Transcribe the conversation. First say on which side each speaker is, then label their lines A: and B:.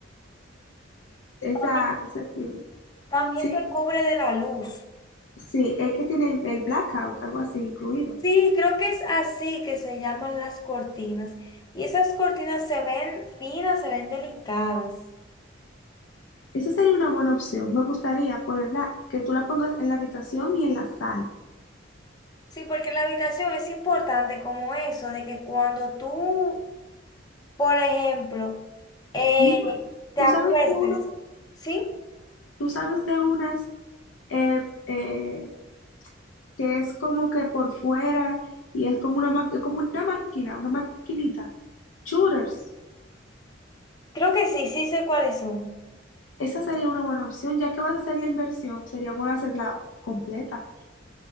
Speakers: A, on the left; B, on the left.
A: Esa,
B: También
A: esa sí.
B: también
A: Sí,
B: te cubre de la luz.
A: sí, es que tienen el blackout, algo así incluido.
B: Sí, creo que es así que se llaman las cortinas. Y esas cortinas se ven finas, se ven delicadas.
A: Esa sería una buena opción. Me gustaría ponerla, que tú la pongas en la habitación y en la sala.
B: Sí, porque la habitación es importante como eso, de que cuando tú, por ejemplo, eh,
A: Mira,
B: te
A: tú
B: acuestes,
A: sabes de uno,
B: ¿sí?
A: tú sabes de unas eh, eh, que es como que por fuera y es como una, ma- es como una máquina, una maquinita. Shooters.
B: Creo que sí, sí sé cuáles son.
A: Esa sería una buena opción, ya que vas a hacer la inversión, sería bueno hacerla completa.